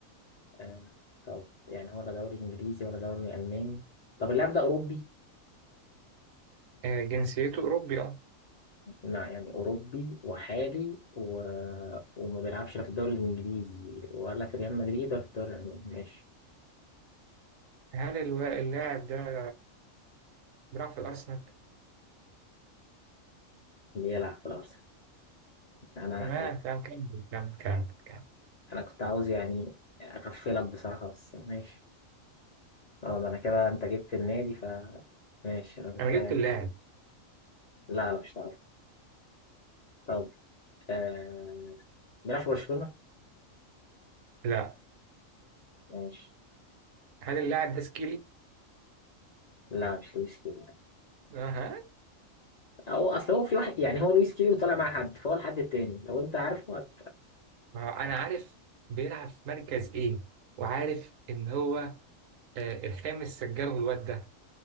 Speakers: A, on the left; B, on the right.
A: آه طب يعني ولا دوري انجليزي ولا دوري الماني طب اللاعب ده اوروبي
B: آه جنسيته أوروبي أه
A: لا يعني اوروبي وحالي و... وما بيلعبش لا في الدوري الانجليزي ولا في ريال مدريد ولا في الدوري الالماني ماشي
B: هل الو- اللاعب ده بيلعب في الأرسنال
A: بيلعب في الارسنال انا
B: تمام
A: يعني
B: تمام كمل كمل كمل كمل
A: انا كنت عاوز يعني اغفلك بصراحه بس ماشي اه ده انا كده انت جبت النادي ف ماشي انا محتاج
B: أنا جبت اللاعب
A: لا لا مش هتعرف طب آه... بيلعب في برشلونه
B: لا
A: ماشي
B: هل اللاعب ده سكيلي
A: لا مش لويس كده
B: أها
A: هو اصل هو في واحد يعني هو لويس كيلي وطالع مع حد فهو الحد التاني لو انت عارفه هت...
B: ما هو أنا عارف بيلعب في مركز إيه وعارف إن هو آه الخامس سجله الواد ده